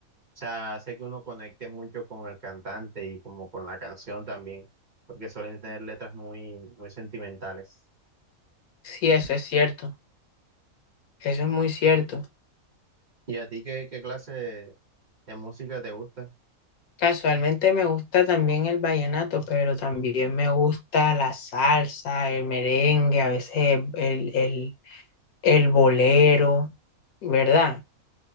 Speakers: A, on the right; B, on the left.
A: O sea, hace que uno conecte mucho con el cantante y como con la canción también, porque suelen tener letras muy, muy sentimentales.
B: Sí, eso es cierto, eso es muy cierto.
A: ¿Y a ti qué, qué clase de, de música te gusta?
B: Casualmente me gusta también el vallenato, pero también me gusta la salsa, el merengue, a veces el, el, el bolero, ¿verdad?